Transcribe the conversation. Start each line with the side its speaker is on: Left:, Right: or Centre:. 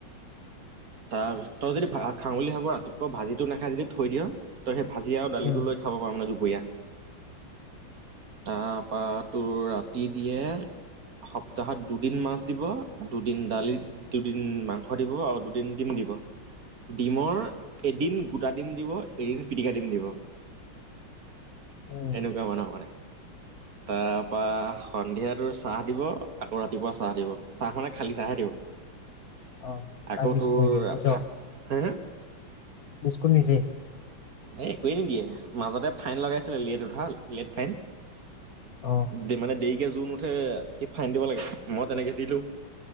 Right: তাৰপিছত তই যদি ভা খাওঁ বুলি ভাব ৰাতিপুৱা ভাজিটো নাখাই যদি থৈ দিয় তই সেই ভাজি আৰু দালিটো
Left: উম
Right: লৈ খাব পাৰ মানে দুপৰীয়া। তাৰপা তোৰ ৰাতি দিয়ে সপ্তাহত দুদিন মাছ দিব, দুদিন দালি দুদিন মাংস দিব আৰু দুদিন ডিম দিব ডিমৰ এদিন গোটা ডিম দিব এদিন পিটিকা ডিম দিব।
Left: উম
Right: এনেকুৱা মানুহ মানে। তাৰপা সন্ধিয়াটো চাহ দিব। আকৌ ৰাতিপুৱা চাহ দিব চাহ মানে খালী চাহে দিব।
Left: অ তাই
Right: আকৌ
Left: বিস্কুট
Right: তোৰ
Left: নিদিয়ে নিজৰ
Right: <unintelligible>
Left: <unintelligible> নিজে।
Right: এই একোৱেই নিদিয়ে মাজতে ফাইন লগাইছিলে লেট উঠা লেট ফাইন।
Left: অ',
Right: দে মানে দেৰিকে যোন উঠে সি ফাইন দিব লাগে মই তেনেকে দিলো।